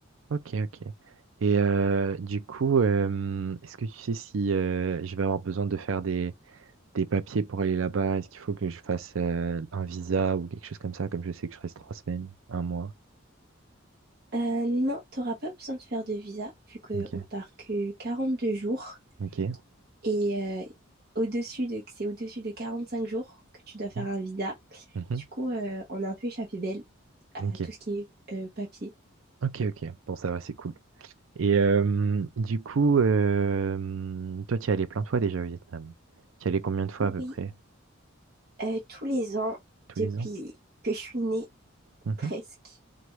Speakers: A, on the right; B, on the right.
A: OK, OK. Et euh, du coup, euh, est-ce que tu sais si euh, je vais avoir besoin de faire des, des papiers pour aller là-bas? Est-ce qu'il faut que je fasse euh, un visa ou quelque chose comme ça, comme je sais que je reste trois semaines, un mois?
B: Euh, non, t'auras pas besoin de faire de visa vu qu'on
A: OK,
B: part que quarante deux jours.
A: OK.
B: Et euh, au-dessus de, c'est au-dessus de quarante cinq jours que tu dois faire
A: Mhm.
B: un visa.
A: Mhm.
B: Du coup, euh, on a un peu échappé belle à
A: OK,
B: tout ce qui est euh, papier.
A: OK, OK. Bon, ça va, c'est cool. Et euh, du coup, euh, toi, tu y es allé plein de fois déjà au Vietnam. Tu y es allé combien de fois
B: Oui,
A: à peu près?
B: euh, tous les ans,
A: Tous
B: depuis
A: les ans?
B: que je suis née,
A: Mhm.
B: presque,